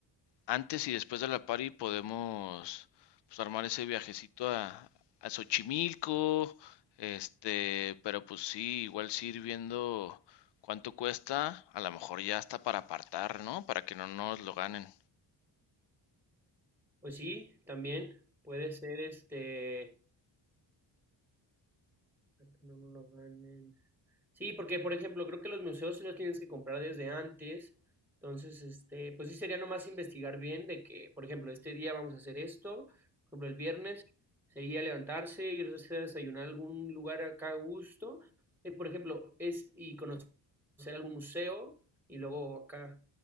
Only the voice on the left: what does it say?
Antes y después de la party podemos pues, armar ese viajecito a, a Xochimilco, este, pero pues sí, igual sí ir viendo cuánto cuesta, a lo mejor ya está para apartar, ¿no? Para que no nos lo ganen.